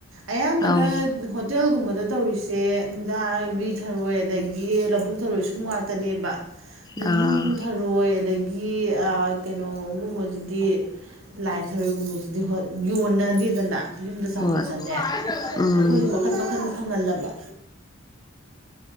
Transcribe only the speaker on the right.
ꯑꯌꯥꯝꯕꯅ
ꯍꯣꯠ ꯍꯣꯇꯦꯜꯒꯨꯝꯕꯗ ꯇꯧꯔꯤꯁꯦ ꯅꯤꯡꯒꯥꯕꯤ ꯊꯔꯣꯏ ꯑꯗꯥꯒꯤ ꯂꯕꯨꯨꯛ ꯊꯔꯣꯏꯁꯨꯝ ꯉꯥꯛꯇꯅꯦꯕ ꯂꯩꯅꯨꯡ
ꯊꯔꯣꯏ ꯑꯗꯒꯤ ꯑꯥ ꯀꯩꯅꯣꯒꯨꯝꯕꯖꯤꯗꯤ ꯂꯥꯏ ꯊꯔꯣꯏꯒꯨꯝꯕꯖꯤꯗꯤ ꯍꯣꯠ ꯌꯣꯟꯅꯗꯦꯗꯅ ꯌꯨꯝꯗ ꯆꯥꯕꯗꯤ
ꯆꯠꯅꯩ
ꯑꯩꯈꯣꯏꯖꯨ ꯃꯈꯜ ꯃꯈꯜ ꯐꯪꯍꯜꯂꯕ